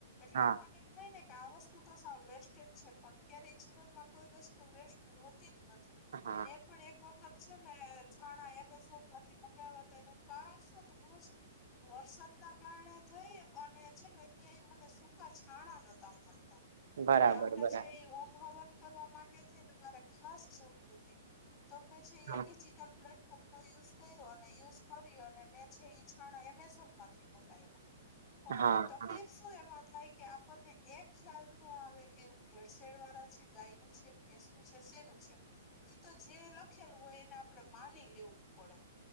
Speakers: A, on the left; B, on the right.
A: એટલે
B: હા
A: આપણને એમ થાય ને કે આ વસ્તુ તો સાવ વેસ્ટે જ છે, પણ ક્યારેય જીવનમાં કોઈ વસ્તુ વેસ્ટ હોતી જ નથી
B: હા.
A: મેં પણ એક વખત છે, ને છાણા એમેઝોન માંથી મંગાવ્યા હતા એનું કારણ શું હતું ખબર છે. વરસાદના કારણે થઈ અને છે, ને ક્યાંય મને સૂકા છાણા નતા મળતા
B: બરાબર
A: અને આપડે
B: બરાબર
A: છે, એ ઓમ હવન કરવા માટે ને મારે ખાસ જરૂર હતી તમને છે,
B: હા
A: એ ડિજિટલ પ્લેટ ફોમનો યુઝ કર્યો અને યુઝ કરી અને મેં છે, ઈ છાણા એમેઝોનમાંથી મંગાયવા પણ
B: હા
A: તકલીફ
B: હા
A: શું એમાં થાય કે આપણને એ ખ્યાલનુ આવે કે ભેળસેડ વાળા છે, ગાય નું છે. ભેસનુ છે શેનું છે. ઈ તો જે લખેલું હોય એને આપડે માની લેવું પડે